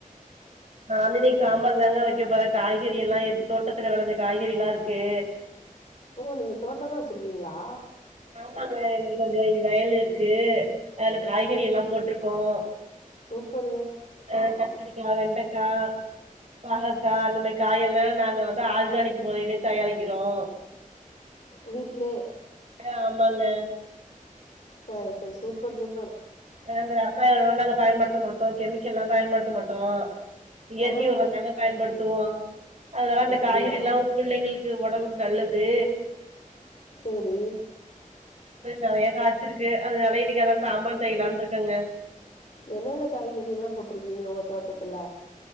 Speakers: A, on the right (about 50°); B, on the left (about 60°).
A: <inaudible> சாம்பார்ல்லாங்க வக்க போற காய காய்கறிலாம் இருக்கு தோட்டத்துல வெளஞ்ச காய்கறிலாம் இருக்கு
B: ஓ நீங்க தோட்டலாம் வச்சிருக்கீங்ளா
A: ஆமாங்க எங்ளுக்கு கொஞ்சம் வயலிருக்கு அதுல காய்கறியெலாம் போட்ருக்கோம்
B: சூப்பர்
A: ஆஹ் கத்திரிக்காய் வெண்டைக்காய் பாஹக்கா அந்த மாதிரி காய எல்லாம் நாங்க வந்து ஆர்கானிக் முறையிலயே தயாரிக்கிறோம்
B: வீட்லே
A: ஆமாங்க
B: சரி சரி சூப்பர் சூப்பர்
A: இந்த ரசாய நாங்க பயன்படுத்த மாட்டோம் கெமிக்கல்ல எல்லாம் பயன்படுத்த மாட்டோம் இயற்கை
B: ஆ
A: உரம்ந்தாங்க பயன்படுத்த பயன்படுத்துவோம் அதனால அந்த
B: அப்டியா
A: காய்கறி எல்லாம் உ பிள்ளைங்களுக்கு இது உடம்புக்கு நல்லது
B: சரி
A: நிறைய காய்ச்ச இருக்கு அதனால இன்னைக்கு அதான் சாம்பார் செய்யலான்னு இருக்கங்க
B: என்னென்ன காய்கறி எல்லாம் போட்டிருக்கீங்க உங்க தோட்டத்துல